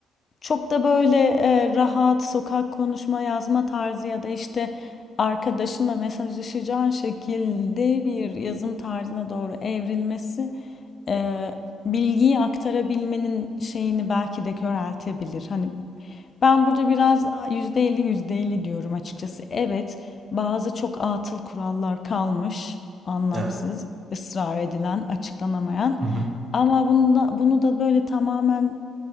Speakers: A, on the left; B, on the right.
A: çok da böyle e, rahat sokak konuşma yazma tarzı ya da işte arkadaşınla mesajlaşacağın şekilde bir yazım tarzına doğru evrilmesi e, bilgiyi aktarabilmenin şeyini belki de köreltebilir. Hani ben burada biraz yüzde elli yüzde elli diyorum açıkçası. Evet, bazı çok atıl kurallar kalmış, anlamsız,
B: Evet.
A: ısrar edilen, açıklanamayan.
B: Hı hı.
A: Ama bunu da, bunu da böyle tamamen